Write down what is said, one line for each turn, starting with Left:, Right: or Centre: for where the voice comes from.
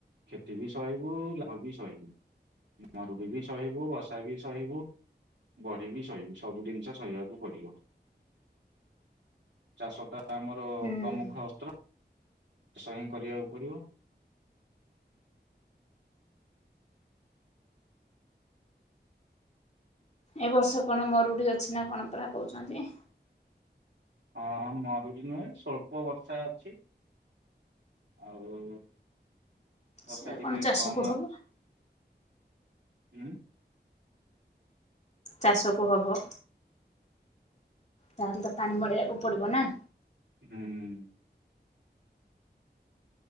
Right: କ୍ଷତି ବି ସହିବୁ ଲାଭ ବି ସହିବୁ। ମରୁଡ଼ି ବି ସହିବୁ ବଷା ବି ସହିବୁ। ବଢ଼ିବି ସହିବ ସବୁ ଜିନିଷ ସହିବାକୁ ପଡ଼ିବ। ଚାଷ ଟା ଆମର
Left: ହୁଁ
Right: ପ୍ରମୁଖ ଅସ୍ତ୍ର। ସୟଂ କରିବାକୁ ପଡିବ।
Left: ଏ ବର୍ଷ କଣ ମରୁଡି ଅଛି ନା କଣ ପୁରା କହୁଛନ୍ତି।
Right: ହଁ ମରୁିଡି ନୁହେଁ ସ୍ୱଳ୍ପ ବର୍ଷା ଅଛି। ଆଉ ବର୍ଷା
Left: ସେ
Right: ଟିକେ
Left: କଣ ଚାଷକୁ
Right: କମ
Left: ହବ
Right: ଅଛି। ହୁଁ।
Left: ଚାଷକୁ ହବ। ତା ହେଲେ ତ ପାଣି ମଡ଼େଇବାକୁ ପଡ଼ିବ ନା।
Right: ହୁଁ-ଉଁ।